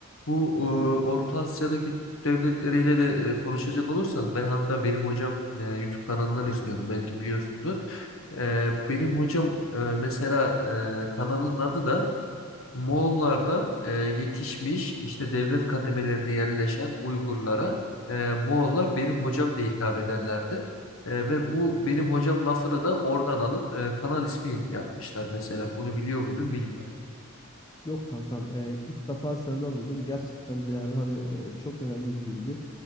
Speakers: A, on the left (about 65°); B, on the left (about 20°).
A: Bu
B: Hı
A: e,
B: hı,
A: Orta Asya'daki Türk devletleriyle de e, konuşacak olursak ben hatta benim hocam e, YouTube kanalından izliyorum belki biliyorsundur. E, benim hocam e, mesela e, kanalın adı da Moğollar da e, yetişmiş işte devlet kademelerine yerleşen Uygurlara e, Moğollar benim hocam diye hitap ederlerdi. E,
B: hı
A: ve
B: hı.
A: bu benim hocam lafını da oradan alıp e, kanal ismi yapmışlar mesela. Bunu biliyor muydun bilmiyorum.
B: Yok kankam e, ilk defa senden duydum. Gerçekten de yani hani e, çok önemli bir bilgi.